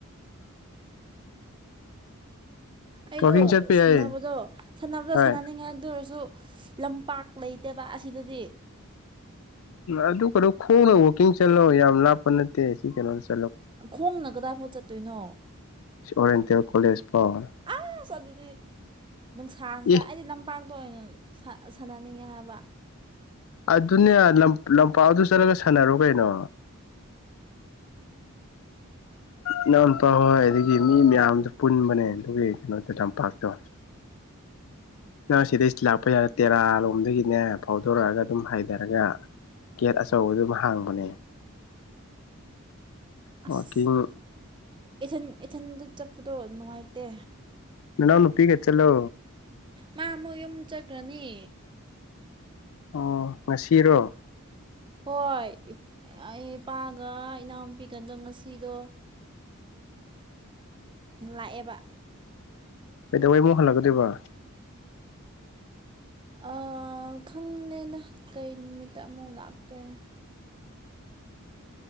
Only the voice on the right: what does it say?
ꯎ ꯑꯩꯗꯣ
ꯁꯥꯟꯅꯕꯗꯣ ꯁꯥꯟꯅꯕꯗꯣ
ꯁꯥꯟꯅꯅꯤꯡꯉꯥꯏ ꯑꯗꯨ ꯑꯣꯏꯔꯁꯨ ꯂꯝꯄꯥꯛ ꯂꯩꯇꯦꯕ ꯑꯁꯤꯗꯗꯤ
ꯈꯣꯡꯅ ꯀꯗꯥꯏꯐꯥꯎ ꯆꯠꯇꯣꯏꯅꯣ
ꯑꯁ ꯑꯗꯨꯗꯤ ꯅꯨꯡꯁꯥꯁꯤꯗ
ꯑꯩꯗꯤ ꯂꯝꯄꯥꯛ ꯑꯣꯏꯅ ꯁꯥꯟꯅꯅꯤꯡꯉꯦ ꯍꯥꯏꯕ
<unintelligible>
ꯑꯁ ꯏꯊꯟ ꯏꯊꯟꯗ ꯆꯠꯄꯗꯣ ꯅꯨꯡꯉꯥꯏꯇꯦ
ꯃꯥꯃꯨ ꯌꯨꯝ ꯆꯀ꯭ꯔꯅꯤ
ꯍꯣꯏ ꯑꯩ ꯏꯄꯥꯒ ꯏꯅꯥꯎꯨꯄꯤꯒꯗꯣ ꯉꯁꯤꯗꯣ ꯂꯥꯏ ꯑꯕ
ꯑ ꯈꯪꯗꯦꯅ ꯀꯩ ꯅꯨꯃꯤꯠꯇ ꯑꯃꯨꯛ ꯂꯥꯛꯇꯣꯏꯅꯣ